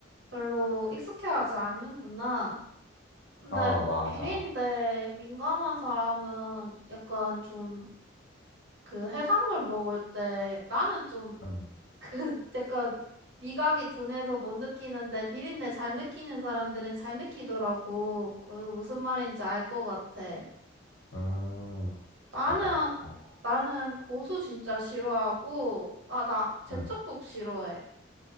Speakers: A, on the right (about 65°); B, on the left (about 70°).
A: 별로 익숙해하지 않는구나. 근데
B: 아, 맞아.
A: 비린내 민감한 사람은 약간 좀 그 해산물 먹을 때 나는 좀
B: 응,
A: 그 <laughs> 약간 미각이 둔해서 못 느끼는데 비린내 잘 느끼는 사람들은 잘 느끼더라고. 그래서 무슨 말인지 알 것 같아.
B: 음,
A: 나는
B: 맞아. 어,
A: 나는 고수 진짜 싫어하고 아 나 제철국
B: 응.
A: 싫어해.